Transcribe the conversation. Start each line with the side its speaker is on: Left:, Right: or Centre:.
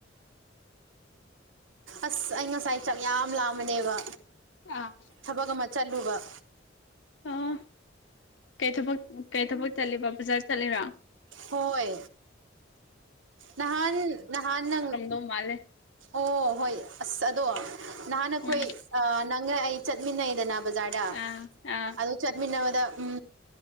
Right: ꯑꯁ ꯑꯩ ꯉꯁꯥꯏ ꯆꯥꯛ ꯌꯥꯝ ꯂꯥꯝꯕꯅꯦꯕ
Left: ꯑꯥ
Right: ꯊꯕꯛ ꯑꯃ ꯆꯠꯂꯨꯕ
Left: ꯑꯣ ꯀꯩ ꯊꯕꯛ ꯀꯩ ꯊꯕꯛ ꯆꯠꯂꯤꯕ ꯕꯖꯥꯔ ꯆꯠꯂꯤꯕꯥ
Right: ꯍꯣꯏ ꯅꯍꯥꯟ ꯅꯍꯥꯟ ꯅꯪ
Left: ꯃꯥꯂꯦ
Right: ꯑꯣ ꯍꯣꯏ ꯑꯁ ꯑꯗꯣ ꯅꯍꯥꯟꯈꯣꯏ
Left: ꯎꯝ
Right: ꯅꯪꯒ ꯑꯩ ꯆꯠꯃꯤꯟꯅꯩꯗꯅ ꯕꯖꯥꯔꯗ
Left: ꯑꯥ ꯑꯥ
Right: ꯑꯗꯨ ꯆꯠꯃꯤꯟꯅꯕꯗ ꯎꯝ